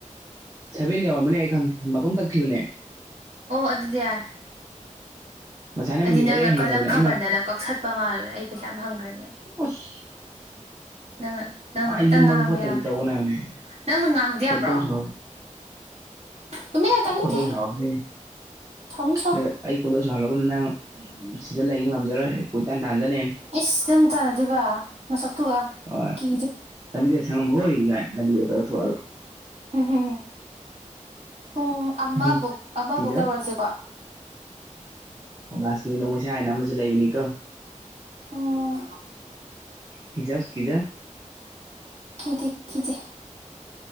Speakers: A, on the right (about 25°); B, on the right (about 50°).
A: ꯁꯚꯦꯟ ꯌꯧꯔꯝꯃꯅꯤ ꯑꯩ ꯈꯪꯉꯦ ꯃꯇꯣꯝ ꯇꯛꯈꯤꯕꯅꯦ
B: ꯑꯣ ꯑꯗꯨꯗꯤ ꯌꯥꯏ꯫
A: ꯉꯁꯥꯏꯅ
B: ꯑꯩꯗꯤ
A: ꯃꯤꯅꯤꯠ
B: ꯅꯪꯅ
A: ꯇꯔꯦꯠ ꯍꯦꯟꯈ꯭ꯔꯕꯅꯦ
B: ꯀꯜꯂꯛꯈꯕꯗꯅ
A: ꯑꯩꯅ
B: ꯀꯛꯊꯠꯄ ꯃꯥꯜꯂꯨꯔꯦ ꯑꯩ ꯄꯩꯁꯥ ꯐꯪꯈ꯭ꯔꯅꯤ꯫
A: ꯑꯁ
B: ꯅꯪꯅ ꯅꯪꯅ
A: ꯑꯩꯁꯤ
B: ꯈꯇꯪ ꯉꯥꯡꯕ
A: ꯃꯕꯨꯛ ꯐꯠꯇꯕꯁꯤ
B: ꯌꯥꯕ꯭ꯔꯥ
A: ꯇꯧꯒꯅꯣ ꯍꯥꯏꯕꯅꯦ
B: ꯅꯪꯅ ꯉꯥꯡꯕꯗꯤ ꯌꯥꯕ꯭ꯔꯣ꯫
A: ꯈꯣꯏꯗꯧ ꯁꯥꯎꯔꯦ
B: ꯇꯨꯃꯤꯝ ꯂꯩꯎ ꯇꯥꯅꯤꯡꯗꯦ
A: ꯈꯣꯏꯗꯧ ꯁꯥꯎꯔꯒꯅꯤ
B: ꯁꯥꯏꯅꯤꯡ ꯁꯥꯎ꯫
A: ꯑꯗꯨꯒ ꯑꯩ ꯀꯣꯟꯗꯧ ꯁꯥꯏꯍꯜꯂꯛꯀꯅꯨ ꯅꯪ ꯁꯤꯗ ꯂꯩ ꯉꯝꯖꯔꯣꯏ꯫ ꯀꯣꯏꯇꯥꯟ ꯇꯥꯟꯖꯅꯦꯅ
B: ꯏꯁꯁ ꯅꯪ ꯇꯥꯟꯅꯗꯣꯏꯕ ꯅꯁꯛꯇꯨꯒ
A: ꯍꯣꯏ
B: ꯀꯤ
A: ꯂꯝꯕꯤꯗ ꯁꯪꯉꯝꯃꯈꯣꯏ ꯏ ꯉꯥꯏ ꯂꯝꯕꯤꯗ ꯑꯇ ꯊꯣꯛꯂꯛꯑꯒ
B: ꯎꯝ ꯄꯨꯡ ꯑꯃꯕꯨꯛ
A: ꯎꯝ
B: ꯑꯃꯕꯨꯛ
A: ꯀꯤꯖꯕ
B: ꯇꯧꯔꯁꯤꯀꯣ
A: ꯁꯃꯥꯖꯀꯤ ꯃꯤꯅꯣꯛ ꯃꯩꯁꯥ ꯍꯥꯏꯅ ꯑꯃꯁꯨ ꯂꯩꯕꯅꯤ ꯀꯣ
B: ꯎꯝ
A: ꯀꯤꯖꯧ ꯀꯤꯖꯧ
B: ꯀꯤꯗꯦ ꯀꯤꯗꯦ